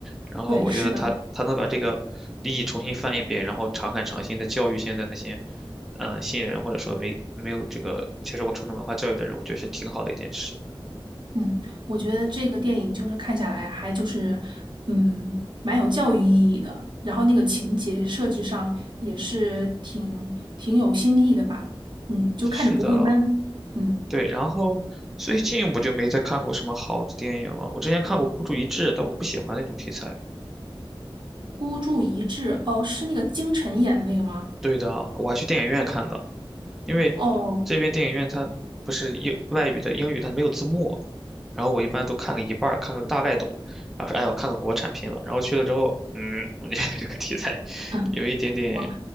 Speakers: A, in the centre; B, on the right (about 55°).
A: 然后我觉得他他能把这个利益重新翻一遍，
B: 对，是的，
A: 然后常看常新的教育现在那些嗯、呃新人或者说没没有这个接受过传统文化教育的人，我觉得是挺好的一件事。
B: 嗯，我觉得这个电影就是看下来还就是嗯蛮有教育意义的，然后那个情节设置上也是挺挺有新意的吧。嗯，就看着不会闷。
A: 是的，
B: 嗯，
A: 对，然后最近我就没再看过什么好的电影了。我之前看过《孤注一掷》，但我不喜欢那种题材。
B: 孤注一掷，哦，是那个金晨演的那个吗？
A: 对的，我还去电影院看的，因为这边电影院它不是英外语的英语，
B: 哦。
A: 它没有字幕。然后我一般都看个一半儿，看个大概懂，然后说哎呀，我看个国产片吧。然后去了之后，嗯，我觉得 <laughs> 这个题材
B: <laughs>
A: <laughs> 有一点点，
B: 我